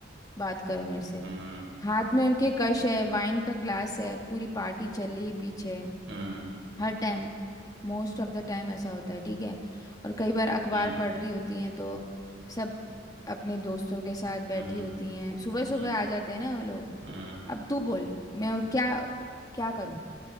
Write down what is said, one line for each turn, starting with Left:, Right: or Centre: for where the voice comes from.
Left: बात करो
Right: हम्म
Left: मेरे से
Right: हम्म
Left: हाथ में उनके कश है वाइन का ग्लास है पूरी पार्टी चल रही है पीछे
Right: हम्म
Left: हर time most of the time ऐसा होता है ठीक है और कई बार अखबार
Right: हम्म
Left: पढ़ रही होती हैं तो सब अपने दोस्तों के साथ
Right: हम्म
Left: बैठी होती
Right: हम्म
Left: हैं सुबह सुबह
Right: हम्म,
Left: आ जाते हैं ना वो लोग
Right: हम्म,
Left: अब तू बोल मैं क्या क्या करूं